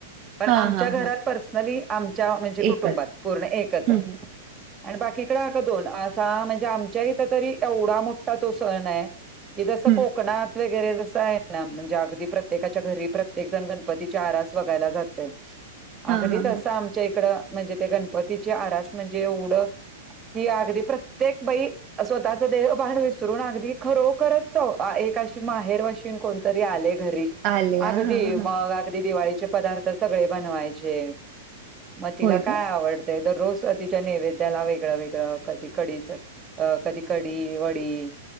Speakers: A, on the right; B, on the right.
A: पण
B: हा
A: आमच्या
B: हा
A: घरात
B: हा
A: पर्सनली आमच्या म्हणजे कुटुंबात
B: एकच
A: पूर्ण एकच
B: हम्म
A: आहे
B: हम्म
A: आणि बाकीकड ह का दोन म्हणजे आमच्या इथ तरी एवढा मोठा तो सण आहे क जस
B: हम्म
A: कोकणात वगै आहे म्हणजे अगदी प्रत्येकाच्या घरी प्रत्येकण गणपती आरास बगायला जात अगदी
B: हा हा
A: तसं
B: हा
A: आमच्या इकड म्हणजे त्या गणपतीची आरास म्हणजे एवढं ही अगदी प्रत्येक बाई स्वतःच देहभान विसरून अगदी खरोखरच माहेर वाशी कोणतरी आली घरी
B: आल्या
A: अगदी
B: हा हा
A: मग अगदी दिवाळीचे पदार्थ सगळे बनवायचे मग तिला
B: होय
A: काय
B: का हा
A: आवडतंय दर रोज तिच्या नैवेद्याला वेगळं वेगळं कधी कढीच कधी कडी वडी